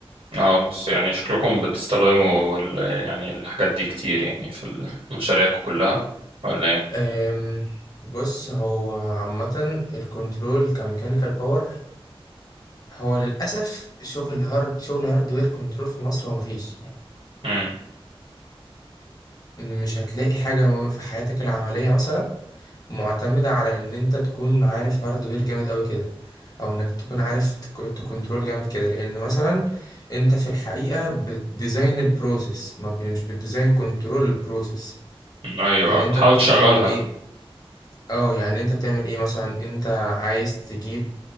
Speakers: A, on the right; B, on the left.
A: اه بس يعني شكلكم بتستخدموا ال... يعني الحاجات دي كتير يعني في ال- <laughs> مشاريعكم كلها ولا ايه
B: أم، بص هو عامة الكنترول كميكانيكال باور هو للأسف شغل هارد شغل هاردوير كنترول في مصر هو مفيش
A: مم.
B: مش هتلاقي حاجة في حياتك العملية مثلا معتمدة على إن أنت تكون عارف هاردوير جامد أوي كده أو إنك تكون عارف تك- تكنترول جامد كده لأن مثلا أنت في الحقيقة بتديزاين البروسيس ما ب- مش بتديزاين كنترول البروسيس
A: أيوه
B: يعني أنت
A: تحاول
B: بتعمل
A: تشغلها
B: إيه اه يعني انت بتعمل ايه مثلا انت عايز تجيب